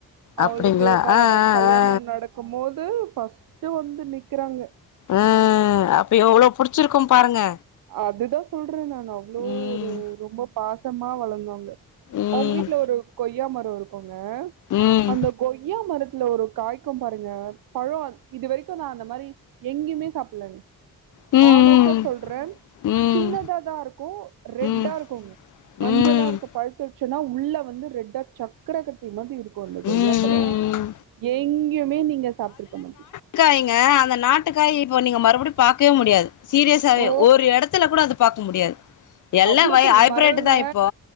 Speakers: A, on the right (about 65°); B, on the left (about 55°).
A: அவுளுக்கு
B: அப்டிங்களா
A: ப
B: ஆ ஆ
A: கல்யாண
B: ஆ
A: நடக்குமோது ஃபஸ்ட்டு வந்து நிக்கிறாங்க
B: அ அப்ப எவ்ளோ புடிச்சிருக்கூ பாருங்க
A: அதுதா சொல்ற நானு அவ்ளோ
B: ம்
A: ஒரு ரொம்பப் பாசமா வளர்ந்தோங்க
B: ம்
A: அவங்க வீட்டுல ஒரு கொய்யா மர இருக்குங்க
B: ம்
A: அந்த கொய்யா மரத்துல ஒரு காய்க்கு பாருங்க பளோ இது வரைக்கு நா அந்த மாரி எங்கியுமே சாப்லங்
B: ம் ம்
A: ஹானஸ்ட்டா சொல்ற
B: ம்
A: சின்னதா தா இருக்கு ரெட்டா
B: ம்
A: இருக்குங்க மஞ்சளா
B: ம்
A: இருக்கு பழுத்துடுச்சுன்னா உள்ள வந்து ரெட்டா சக்கரகட்டி மாதி இருக்கு அந்த
B: ம்
A: கொய்யாப்பழோ எங்கியுமே நீங்க சாப்டிருக்க மாட்டிங்
B: க்காய்ங்க அந்த நாட்டுக்காய் இப்போ நீங்க மறுபடியு பாக்கே முடியாது சீரியஸ்ஸாவே
A: ஓ
B: ஒரு எடத்துல கூட அது பாக்க முடியாது எல்லா
A: அவ்வளோ
B: வை
A: பெரிய
B: ஹைப்ரேட்
A: மரோங்க
B: தா இப்போ